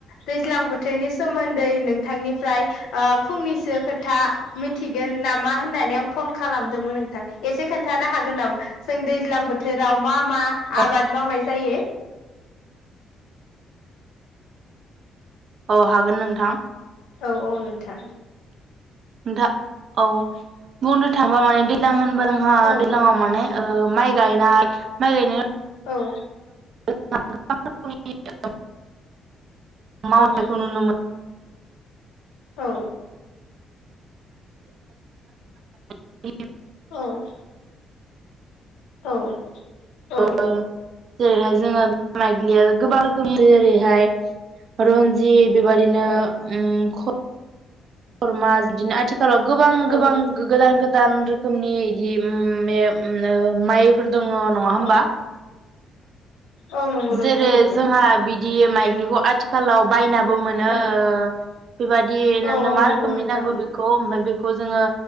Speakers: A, on the left; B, on the right.
A: दैज्लां बोथोरनि सोमोन्दै नोंथांनिफ्राय ओ फुंनिसो खोथा मोनथिगोन नामा होननानै आं फन खालामदोंमोन नोंथां एसे खोन्थानो हागोन नामा जों दैज्लां बोथोराव मा। मा
B: अ
A: आबाद मावनाय जायो।
B: औ हागोन नोंथां।
A: औ औ नोंथां।
B: नोंथा औ बुंनो थांङोबा माने दैलां होनबाथा जोंहा
A: औ
B: दैज्लांव माने ओ- माइ। गायनाय माइ गायनाय।
A: औ
B: <unintelligible> मायनायखौ
A: औ
B: नुनो मोन
A: औ
B: मोनो
A: औ औ औ
B: ओ-ओ- जेरैहाय जोङो <unintelligible> गोबां रोखोमनि जेरैहाय। रन्जित बेबायदिनो ओम क रमा बिदिनो आथिं खालाव गोबां
A: औ
B: गोबां गो-गोदान गोद दान रोखोमनि इदि उम मे ओ- उम ओ माइफोर दोङ नङा होमबा?
A: औ औ नंगौ नोंथां
B: जेरै
A: नंगौ
B: जोंहा बिदि दि माइग्लिखौ आथिखालाव बायना। बो मोनो
A: औ
B: ओ- बेबादि
A: औ
B: नोंनो
A: औ
B: मा
A: नंगौ
B: रोखोमै
A: नोंथां
B: नांगौ बेखौ ओमफाय बे खौ जोङो।